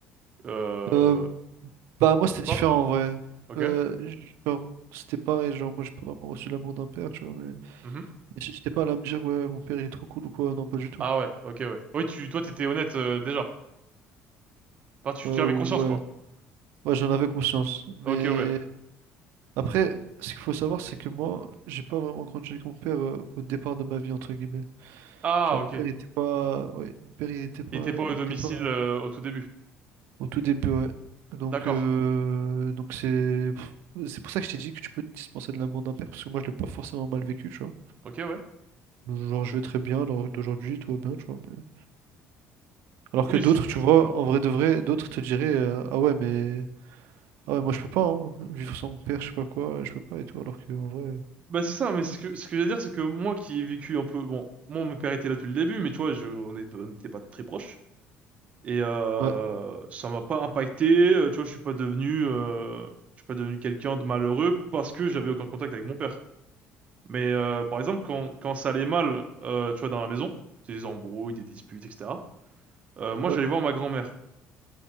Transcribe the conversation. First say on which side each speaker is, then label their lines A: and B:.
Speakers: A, on the right; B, on the right.
A: Euh,
B: Euh, bah, moi,
A: peut-être
B: c'était différent,
A: pas.
B: en vrai.
A: Ok.
B: Euh, j- genre, c'était pareil, genre, moi, j'ai pas vraiment reçu l'amour d'un père, tu vois. Mais,
A: Mhm.
B: mais j- j'étais pas là à me dire, ouais, mon père, il est trop cool ou quoi. Non, pas du tout.
A: Ah ouais, ok, ouais. Oui, tu, toi, t'étais honnête euh, déjà. Enfin, tu,
B: Euh,
A: tu avais
B: ouais.
A: conscience, quoi.
B: Ouais, j'en avais conscience. Mais.
A: Ok, ouais.
B: Après, ce qu'il faut savoir, c'est que moi, j'ai pas vraiment grandi avec mon père euh, au départ de ma vie, entre guillemets.
A: Ah,
B: Genre,
A: ok.
B: mon père, il était pas... ouais, mon père, il était pas...
A: Il était pas
B: Il
A: au
B: était
A: domicile
B: pas
A: euh, au tout début.
B: au tout début, ouais. Donc,
A: D'accord.
B: euh, donc c'est... pff, C'est pour ça que je t'ai dit que tu peux te dispenser de l'amour d'un père, parce que moi, je l'ai pas forcément mal vécu, tu vois.
A: Ok, ouais.
B: Genre, je vais très bien, alors d'aujourd'hui, tout va bien, tu vois. mais- Alors
A: Oui.
B: que d'autres,
A: c-
B: tu vois, en vrai de vrai, d'autres te diraient, euh, ah ouais, mais... Ah ouais, moi, je peux pas, hein, vivre sans mon père, je sais pas quoi, je peux pas, et tout, alors que, en vrai...
A: Bah c'est ça, mais c'est ce que ce que je veux dire, c'est que moi qui ai vécu un peu, bon, moi mon père était là depuis le début, mais tu vois, je, on est- on n'était pas très proches et euh,
B: Ouais,
A: ça m'a pas impacté. euh, Tu vois, je suis pas devenu, euh, je suis pas devenu quelqu'un de malheureux parce que j'avais aucun contact avec mon père. Mais euh, par exemple, quand quand ça allait mal, euh, tu vois, dans la maison, des embrouilles, des disputes, etc. euh, moi,
B: ouais,
A: j'allais voir ma grand-mère